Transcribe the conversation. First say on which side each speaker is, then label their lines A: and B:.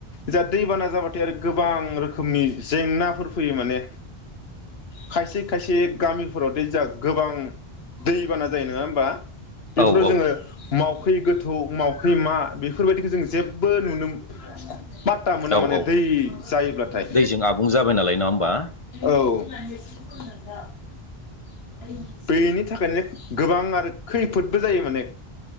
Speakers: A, on the left (about 75°); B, on the left (about 35°).
A: जा दैबाना जाबाथाय आरो गोबां रोखोमनि जेंनाफोर फैयो माने खायसे खायसे गामिफोराव <unintelligible> गोबां दैबाना जायो नङा होमबा? बेफोराव
B: औ औ
A: जोङो मावखै गोथौ मावखै मा बेफोरबायदिखो जों जेबबो नुनो पात्ता मोना
B: औ
A: माने
B: औ
A: दै जायोब्लाथाय
B: दैजों आबुं जाबाय नालाय नङा होमबा
A: औ <inaudible> <unintelligible> बेनि थाखायनो गोबां आरो खैफोदबो जायो माने।